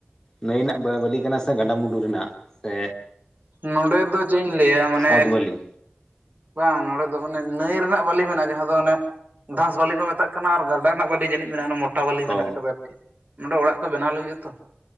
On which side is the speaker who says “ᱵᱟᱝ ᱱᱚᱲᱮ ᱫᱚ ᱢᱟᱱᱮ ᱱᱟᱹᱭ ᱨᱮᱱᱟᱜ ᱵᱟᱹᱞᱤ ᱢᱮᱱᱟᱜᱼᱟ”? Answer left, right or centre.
Right